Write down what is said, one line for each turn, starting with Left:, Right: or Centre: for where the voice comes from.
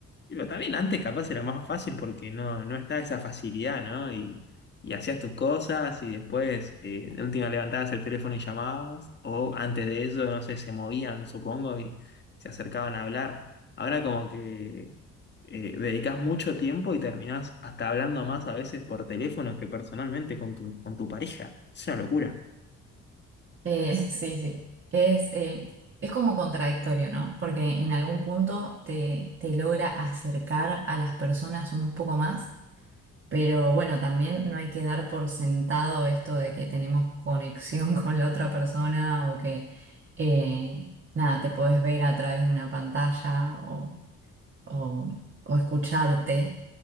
Left: Y Pero también antes capaz era más fácil porque no, no está esa facilidad, ¿no? Y, y hacías tus cosas y después eh, de última levantabas el teléfono y llamabas, o antes de eso, no sé, se movían, supongo, y se acercaban a hablar. Ahora como que eh, dedicas mucho tiempo y terminás hasta hablando más a veces por teléfono que personalmente con tu, con tu pareja. Es una locura.
Right: Eh, <laughs> sí, sí. Es, eh, es como contradictorio, ¿no? Porque en algún punto te, te logra acercar a las personas un poco más, pero bueno, también no hay que dar por sentado esto de que tenemos conexión <laughs> con la otra persona o que, eh, nada, te podés ver a través de una pantalla o o, o escucharte.